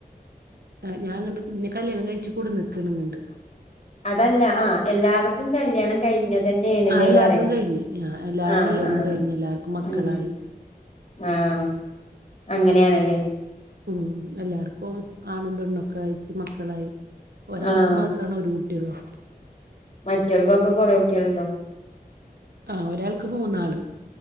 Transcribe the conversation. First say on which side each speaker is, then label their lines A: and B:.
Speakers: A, on the right (about 80°); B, on the left (about 45°).
A: ആഹ് ഞാങ്ങട്ട് ഇന്നെ കല്യാണം കഴിച്ച് കൊട്ന്നക്കാണ് ഇങ്ങട്ട്
B: അതല്ല ആഹ് എല്ലാട്തും കല്യാണം കഴിഞ്ഞ അതന്നെയേണ്
A: ആഹ്
B: ലേ
A: എല്ലാര്തും
B: പറയാ
A: കഴിഞ്ഞ് ആഹ് എല്ലാരെ
B: ആഹ്
A: കല്യാണം
B: ആഹ്
A: കഴിഞ്ഞ് എല്ലാർക്കും മക്കളായി
B: ഉം ആഹ് അങ്ങനെയാണല്ലേ
A: ഉം എല്ലാർക്കും ആണും പെണ്ണൊക്കായിട്ട് മക്കളായി ഒരാൾക്ക്
B: ആഹ്
A: മാത്രാണ് ഒരു കു ട്ട്യള്ളൂ
B: മറ്റോല്ക്കൊക്കെ കൊറെ കുട്ട്യള്ണ്ടോ
A: ആഹ് ഒരാൾക്ക് മൂന്നാള്